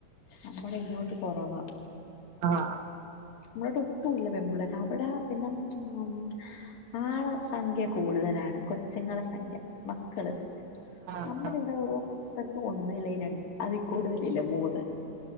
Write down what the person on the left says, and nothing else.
നമ്മടെ ഇങ്ങോട്ട് കൊറവാ
ഇങ്ങോട്ടൊക്കെ വല്ല്യ പെമ്പിള്ളേരാ. അവിടെ പിന്നെ ഉം ആ സംഖ്യ കൂടുതലാണ്കൊച്ചുങ്ങളെ സംഖ്യ മക്കള്
നമ്മുടെ
ഇവിടെ ഒരു <inaudible> ക്ക് ഒന്ന് അല്ലെങ്കിൽ രണ്ട് അതിൽ കൂടുതലില്ല മൂന്ന്